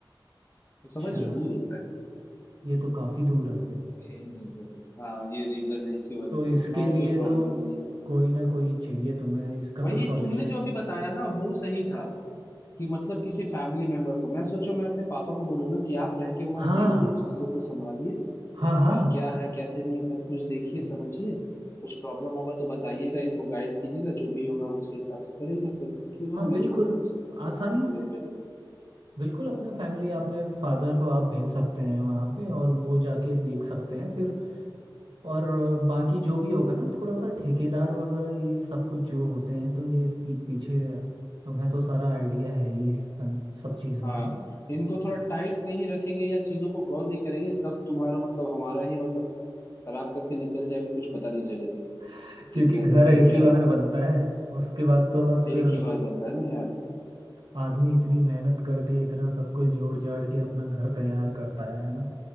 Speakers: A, on the left (about 35°); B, on the right (about 75°).
A: तो समझ
B: अच्छा
A: रहे हो, दूर होता है
B: ये तो काफ़ी दूर है फिर
A: तो यही रीजन हाँ ये रीजन है इसी वजह
B: तो इसके
A: से वरना और
B: लिए
A: कोई प्रॉब्लम
B: तो
A: नहीं है
B: कोई ना कोई चाहिए तुम्हें इसका
A: वही
B: तो सॉल्यूशन
A: तुमने जो अभी बताया ना वो सही था कि मतलब किसी फैमिली मेंबर को मैं सोचो मैं अपने पापा को बोलूंगा कि आप रह के वहां
B: हाँ
A: देखिए चीजों को संभालिए
B: हाँ हाँ
A: और क्या है कैसे नहीं है सब कुछ देखिए समझिए कुछ प्रॉब्लम होगा तो बताइएगा इनको गाइड कीजिएगा जो भी होगा हम उसके हिसाब से करेंगे फिर क्यों
B: हाँ
A: मैं
B: बिल्कुल
A: छोड़ दूँ इस पे
B: आसानी
A: फिर
B: से
A: इन पे
B: बिल्कुल अपने फैमिली अपने फादर को आप भेज सकते हैं वहाँ पे और वो जाके देख सकते हैं फिर और बाकी जो भी होगा ना थोड़ा सा ठेकेदार वगैरह ये सब कुछ जो होते हैं तो ये पीठ पीछे तुम्हें तो सारा आइडिया है ही इस सन- सब चीज़ों
A: हाँ
B: का ना
A: इनको थोड़ा टाइट नहीं रखेंगे या चीजों को गौर नहीं करेंगे कब तुम्हारा मतलब हमारा ही मतलब खराब करके निकल जाएंगे कुछ पता नहीं चलेगा
B: <laughs> क्योंकि
A: एग्जैक्टली
B: घर
A: exactly
B: एक
A: कि क्या
B: ही बार
A: है
B: बनता है उसके बाद तो बस फिर
A: एक ही बार बनता है ना यार
B: आदमी इतनी मेहनत करके इतना सब कुछ जोड़ जाड़ के अपना घर तैयार करता है है ना